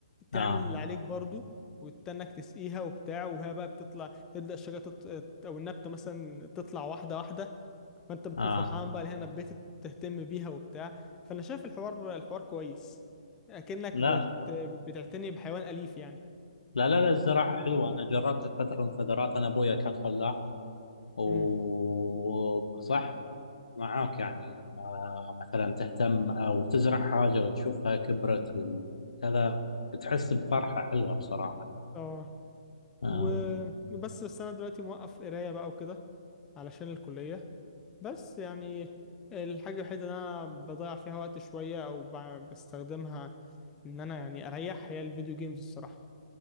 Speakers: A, on the left; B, on the left.
A: تعمل
B: آه
A: اللي عليك برضو وتستناك تسقيها وبتاع وهي بقى بتطلع تبدأ الشجرة تط... او النبتة مثلا تطلع واحدة واحدة فانت بتكون
B: آه
A: فرحان بقى هنا بيت تهتم بيها وبتاع فانا شايف الحوار الحوار كويس اكنك
B: لا
A: بت... بتعتني بحيوان اليف يعني
B: لا لا لا الزراعة حلوة أنا جربت فترة من الفترات أنا أبويا كان فلاح وصح
A: امم
B: معاك يعني لما مثلا تهتم أو تزرع حاجة وتشوفها كبرت وكذا بتحس بفرحة حلوة بصراحة
A: اه
B: آه.
A: وبس بس انا دلوقتي موقف قرايه بقى وكده علشان الكليه بس يعني الحاجه الوحيده اللي انا بضيع فيها وقت شويه او ب... بستخدمها ان انا يعني اريح هي الفيديو جيمز الصراحه